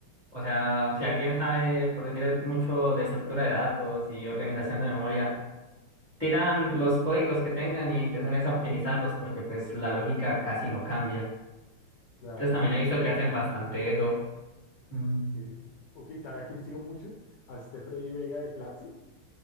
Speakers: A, on the right; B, on the left.
A: O sea, si alguien sabe, por decir mucho de estructura de datos y organización de memoria, tiran los códigos que tengan y empiezan es a optimizarlos porque pues la lógica casi no cambia.
B: Claro,
A: Entonces también
B: ah, ok,
A: he visto
B: entiendo.
A: que hacen bastante eso. Mm,
B: Ok, ok, ¿sabe a quién sigo mucho? A este Freddy Vega de Platzi,